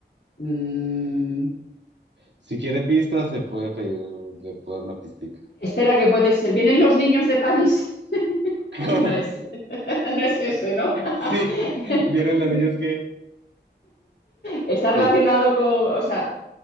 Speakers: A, on the left; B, on the right.
A: mm,
B: Si quiere pistas, se puede pedir, le puedo dar una pistica.
A: espera que puede ser. ¿Vienen los niños de París?
B: <laughs> ¿Cómo?
A: No es, <laughs> no es ese, ¿no? <laughs>
B: Sí, vienen los niños que...
A: Está
B: Dime.
A: relacionado con, o sea,